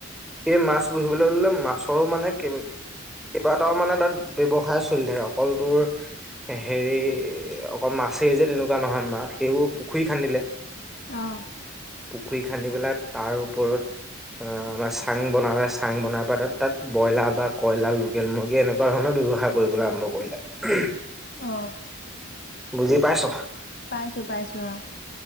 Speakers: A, in the centre; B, on the left (about 50°).
A: সেই মাছ পুহিবলৈ ল'লে মাছৰো মানে কেই কেইবাটাও মানে তাত ব্যৱসায় চলি থাকে, অকলটোৰ হেৰি অকল মাছেই যে তেনেকুৱা নহয় মা সেইবোৰ পুখুৰী খান্দিলে।
B: অ'।
A: পুখুৰী খান্দি পেলাই তাৰ ওপৰত আ-আমাৰ চাং বনালে চাং বনাই পাই তাত ব্ৰইলাৰ বা কইলাৰ লোকেল মুৰ্গী এনেকুৱা ধৰণৰ ব্যৱসায় কৰিবলৈ আৰম্ভ কৰিলে। উম।
B: অ'।
A: বুজি পাইছ?
B: পাইছোঁ, পাইছোঁ অ'।